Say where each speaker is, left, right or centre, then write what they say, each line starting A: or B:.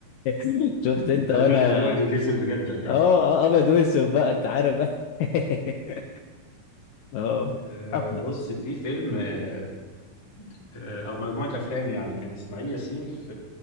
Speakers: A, on the left; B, on the left.
A: <laughs> شفت انت
B: انت
A: وانا
B: رجعت الابيض والاسود بجد ولا ايه
A: اه اه ابيض واسود بقى انت عارف بقى <laughs> اه
B: أه
A: حقبه
B: بص في فيلم أه آه، او مجموعه افلام يعني كان اسماعيل ياسين في